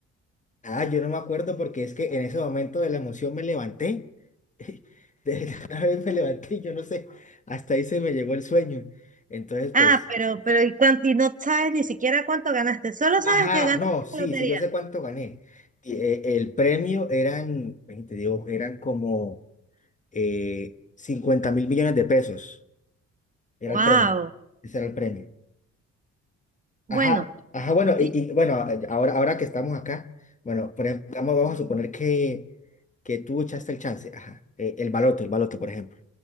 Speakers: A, on the left; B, on the right.
A: Ah, yo no me acuerdo porque es que en ese momento de la emoción me levanté, <laughs> de la vez me levanté y yo no sé, hasta ahí se me llegó el sueño. Entonces, pues...
B: Ah, pero, pero, ¿y cuánto? Y no sabes ni siquiera cuánto ganaste, solo sabes
A: Ajá,
B: que ganaste
A: no, sí,
B: la lotería.
A: sí, yo sé cuánto gané. Y, eh, el premio eran, ven, te digo, eran como eh, 50 mil millones de pesos. Era
B: Wow.
A: el premio. Ese era el premio.
B: Bueno,
A: Ajá, ajá, bueno, y,
B: y
A: y, bueno, eh, ahora, ahora que estamos acá, bueno, por ejemplo, vamos, vamos a suponer que, que tú echaste el chance, ajá, eh, el baloto, el baloto, por ejemplo.